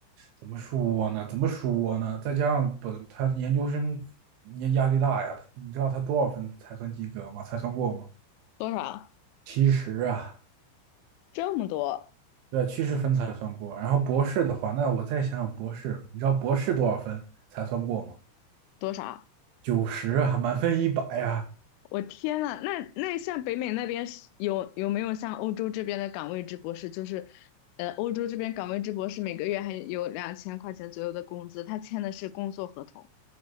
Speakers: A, on the right; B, on the left.
A: 怎么说呢？怎么说呢？再加上本他研究生压压力大呀，你知道他多少分才算及格吗？才算过吗？
B: 多少？
A: 其实啊，
B: 这么多，
A: 对，趋势分才算过。然后博士的话，那我再想想博士，你知道博士多少分才算过吗？
B: 多少？
A: 九十啊，满分一百呀。
B: 我天呐，那那像北美那边是有有没有像欧洲这边的岗位制博士？就是，呃，欧洲这边岗位制博士每个月还有两千块钱左右的工资，他签的是工作合同，